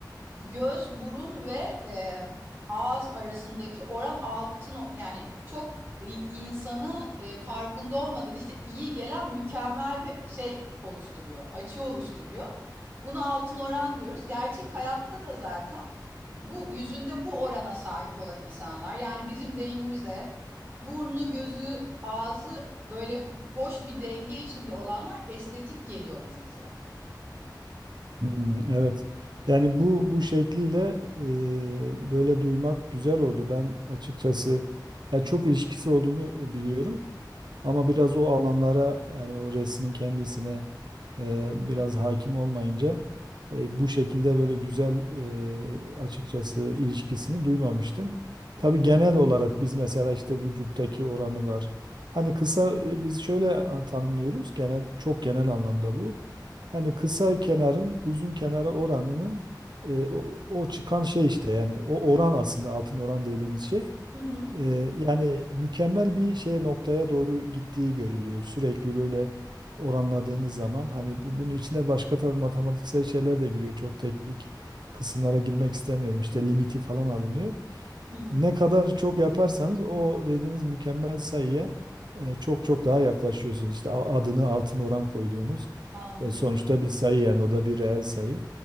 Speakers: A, on the right; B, on the right.
A: göz, burun ve e, ağız arasındaki oran altın yani çok insanı e, farkında olmadan işte iyi gelen mükemmel bir şey oluşturuyor, açı oluşturuyor. Buna altın oran diyoruz. Gerçek hayatta da zaten bu yüzünde bu orana sahip olan insanlar yani bizim deyimimizle burnu, gözü, ağzı böyle hoş bir denge içinde olanlar estetik geliyormuş bize.
B: Hmm, evet. Yani bu bu şekliyle e, böyle duymak güzel oldu. Ben açıkçası ya çok ilişkisi olduğunu e, biliyorum ama biraz o alanlara yani o resmin kendisine e, biraz hakim olmayınca e, bu şekilde böyle güzel e, açıkçası ilişkisini duymamıştım. Tabii genel olarak biz mesela işte vücuttaki oranı var. Hani kısa e, biz şöyle a- tanımlıyoruz genel çok genel anlamda bu. Yani kısa kenarın uzun kenara oranının e, o, o çıkan şey işte yani o oran aslında altın oran dediğimiz şey.
A: Hı hı.
B: Ee, yani mükemmel bir şeye noktaya doğru gittiği görülüyor. Sürekli böyle oranladığınız zaman hani bu, bunun içinde başka tabii matematiksel şeyler de giriyor. Çok teknik kısımlara girmek istemiyorum. İşte limiti falan alınıyor.
A: Hı hı.
B: Ne kadar çok yaparsanız o dediğiniz mükemmel sayıya e, çok çok daha yaklaşıyorsunuz. İşte a- adını altın oran koyduğumuz
A: Anladım.
B: e, sonuçta bir sayı yani o da bir reel sayı.